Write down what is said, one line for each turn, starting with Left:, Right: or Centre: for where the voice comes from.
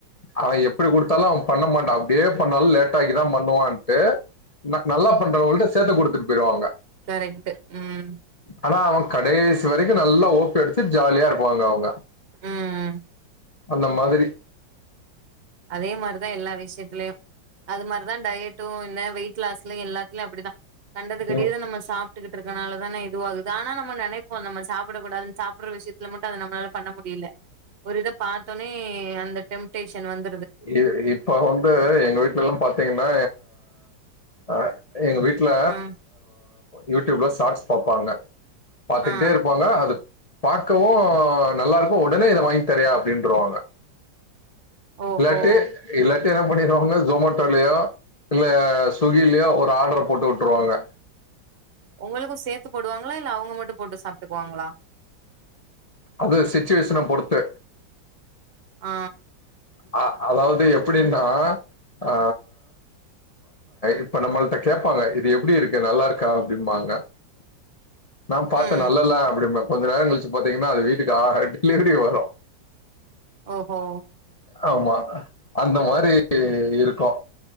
Left: அவன் எப்டி குடுத்தாலு அவன் பண்ண மாட்டான் அப்டியே பண்ணாலு லேட்டாக்கி தா பண்ணுவான்ட்டு ந நல்லா பண்றவங்கள்ட்ட சேத்து குடுத்துட் போயிடுவாங்க
Right: கரெக்ட்டு ம்
Left: ஆனா அவுங் கடைசி வரைக்கு நல்லா ஓப்பி அடிச்சிட்டு ஜாலியா இருப்பாங்க அவுங்க
Right: ம் ம்
Left: அந்த மாதிரி
Right: அதே மார்தா எல்லா விஷயத்திலயு அது மார்தா டயட்டும் இல்ல வெயிட் லாஸ்லும் இல்ல இல்ல அப்படிதா கண்டதுக்கடியது
Left: ம்
Right: நம்ம சாப் ட்டு இருக்கறதுனால தான இது வாகுது ஆனா நம் ம நனைப்போ நம்ம சாப்பட கூடாதுனு சாப்பற விஷயத்தல மட்டு அத நம்மளால பண்ண முடில ஒரு இத பாத்தோனே அந்த டெம்டேஷன் வந்து
Left: இது இப்ப வந்து எங்க வீட்லல்லா பாத்தீங்ன்னா அ எங்க வீட் இல்ல
Right: ம்
Left: யூடியூப்ல ஷாட்ஸ் பாப்பாங்க பாத்துக்கிட்டே
Right: ஆ
Left: இருப்பாங்க அது பார்கவு நல்லா இருக்கு உடனே இத வாங்கி தரியா அப்டீன்றுவாங்க
Right: ஓஹோ
Left: இல்லாட்டி இல்லாட்டி என்ன பண்ணிருவாங்னா ஜொமேட்டோலயோ இல்ல ஸ்விகிலயோ ஒரு ஆர்டர போட்டுவுட்ருவாங்க
Right: உங்களுக்கு சேர்த்து போடுவாங்ளா இல்ல அவுங்க மட்டு போட்டு சாப்டுகுவாங்ளா
Left: அது சிச்சுவேஷன பொறுத்து
Right: ஆ
Left: அ அதாவது எப்டின்னா ஆ இப்ப நம்மள்ட்ட கேப்பாங்க இது எப்படி இருக்கு நல்லா இருக்கா அப்டிம்பாங்க <inaudible> நா பார்த்து
Right: ம்
Left: நல்லால்ல அப்டிம்ப கொஞ்ச நேரம் கழிச்சு பாத்தீங்கன்னா அது வீட்டுக்கு டெலிவரி வரு
Right: ஓஹோ
Left: அமா அந்த மாரி இருக்கு